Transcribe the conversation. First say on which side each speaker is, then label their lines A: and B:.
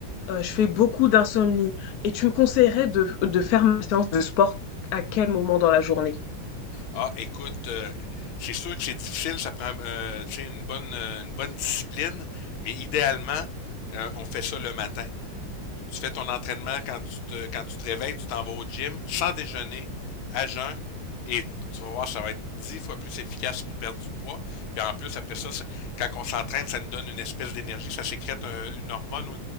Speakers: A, on the left (about 65°); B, on the left (about 80°).
A: Heu, je fais beaucoup d'insomnie et tu me conseillerais de de faire ma séance de sport à quel moment dans la journée?
B: Ah, écoute, euh, c'est sûr que c'est difficile, ça prend euh, tu sais, une bonne euh, une bonne discipline, mais idéalement, euh, on fait ça le matin. tu fais ton entraînement quand tu te, quand tu te réveilles, tu t'en vas au gym sans déjeuner, à jeun, et tu vas voir, ça va être dix fois plus efficace pour perdre du poids. Puis en plus, après ça, ça- quand on s'entraîne, ça nous donne une espèce d'énergie, ça sécrète un- une hormone au,